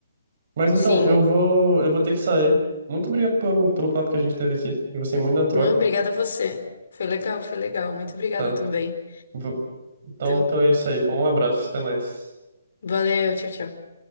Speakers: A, on the right; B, on the left.
A: Mas então,
B: sim.
A: eu vou, eu vou ter que sair. Muito obrigado pelo, pelo papo que a gente teve aqui. Eu gostei muito da troca.
B: Não, obrigada a você. Foi legal, foi legal. Muito obrigada
A: Tá.
B: também.
A: Vou- Então,
B: Então,
A: então é isso aí. pô. Um abraço, até mais.
B: valeu, tchau, tchau.